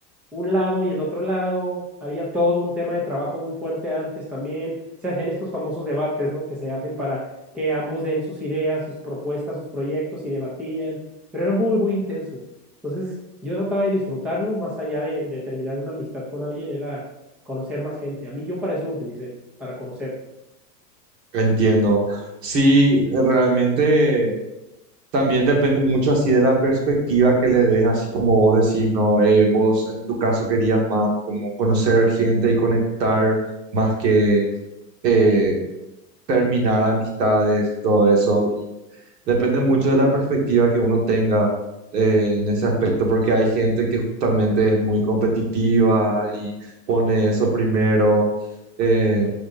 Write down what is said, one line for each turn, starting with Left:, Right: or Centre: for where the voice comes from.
Centre: un lado y el otro lado, había todo un tema de trabajo muy fuerte antes también. Se hacían estos famosos debates, ¿no? Que se hacen para que ambos den sus ideas, sus propuestas, sus proyectos y debatían, pero era muy, muy intenso. Entonces, yo trataba de disfrutarlo, más allá de, de terminar una amistad con alguien, era conocer más gente. A mí yo para eso lo utilicé, para conocer.
Right: Entiendo. Sí, realmente También depende mucho así de la perspectiva que le des, así como vos decís, ¿no? Eh, vos en tu caso querías más como conocer gente y conectar más que eh, terminar amistades y todo eso. Y depende mucho de la perspectiva que uno tenga eh, en ese aspecto, porque hay gente que justamente es muy competitiva y pone eso primero. Eh,